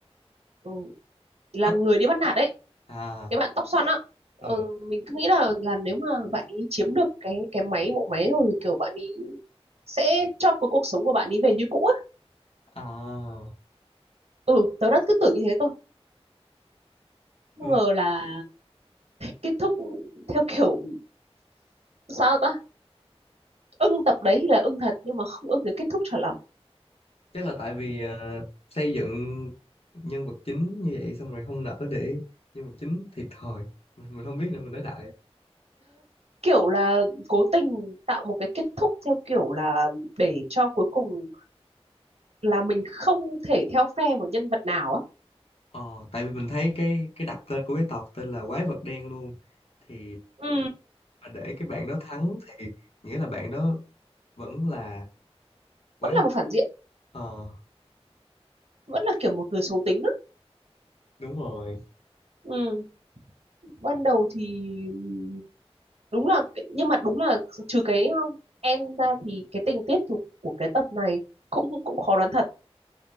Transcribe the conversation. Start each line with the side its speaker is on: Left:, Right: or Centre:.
Right: ừ, là
Left: tất
Right: người đi bắt nạt ấy
Left: à
Right: cái bạn tóc xoăn á ờ,
Left: ừ
Right: mình cứ nghĩ là là nếu mà bạn ấy chiếm được cái cái máy bộ máy rồi thì kiểu bạn ấy sẽ cho cái cuộc sống của bạn ấy về như cũ á
Left: à
Right: ừ tớ đã cứ tưởng như thế cơ không
Left: ừ.
Right: ngờ là kết thúc theo kiểu <tsk> sao ta ưng tập đấy thì là ưng thật nhưng mà không ưng cái kết thúc cho lắm
Left: chắc là tại vì ờ, xây dựng nhân vật chính như vậy xong rồi không nỡ để nhân vật chính thiệt thòi mình, mình không biết nữa mình nói đại
Right: kiểu là cố tình tạo một cái kết thúc theo kiểu là để cho cuối cùng là mình không thể theo phe một nhân vật nào á
Left: ờ tại vì mình thấy cái cái đặt tên của cái tộc tên là quái vật đen luôn thì
Right: ừ,
Left: mà để cái bạn đó thắng thì nghĩa là bạn đó vẫn là quái
Right: vẫn là một phản diện
Left: ờ
Right: vẫn là kiểu một người xấu tính
Left: đúng rồi
Right: ừ. ban đầu thì ừm, đúng là cái- nhưng mà đúng là trừ cái um, end ra thì cái tình tiết của, của cái tập này cũng cũng khó đoán thật